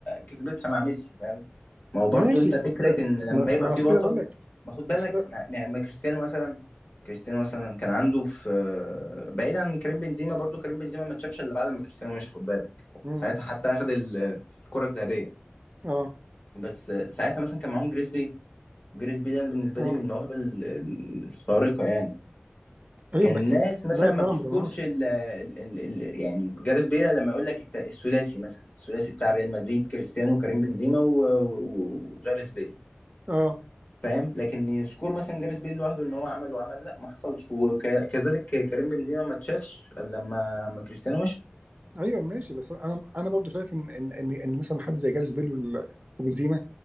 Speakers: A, on the left; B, on the right.
A: كسبتها مع ميسي فاهم ما هو برضو
B: ماشي
A: انت
B: ب-
A: فكره
B: ب-
A: ان لما
B: ما
A: يبقى
B: ما انا
A: في
B: عشان
A: بطل
B: كده بقول لك
A: ما خد بالك
B: عشان كده
A: ما ما- ما كريستيانو مثلا كريستيانو مثلا كان عنده في آه، بعيدا عن كريم بنزيما برضو كريم بنزيما ما اتشافش الا بعد ما كريستيانو مشي خد بالك
B: امم
A: ساعتها حتى اخد الكره الذهبيه
B: اه
A: بس آه، ساعتها مثلا كان معاهم جريزبي جريزبي ده أنا بالنسبه
B: اه
A: لي من المواهب ال- ال- الخارقه يعني
B: ايوه
A: كان
B: بس
A: الناس مثلا
B: لا يقارن
A: ما بتذكرش
B: بنيمار
A: ال ال ال ال يعني جاريث بيل لما يقول لك الت- الثلاثي مثلا الثلاثي بتاع ريال مدريد كريستيانو وكريم بنزيما و- و- وجاريث بيل
B: اه
A: فاهم لكن يذكر مثلا جاريث بيل لوحده ان هو عمل وعمل لا ما حصلش وكذلك كريم بنزيما ما اتشافش إلا لما ما كريستيانو مشي
B: ايوه ماشي بس انا انا برضو شايف ان ان ان, إن مثلا حد زي جاريث بيل وال- وبنزيما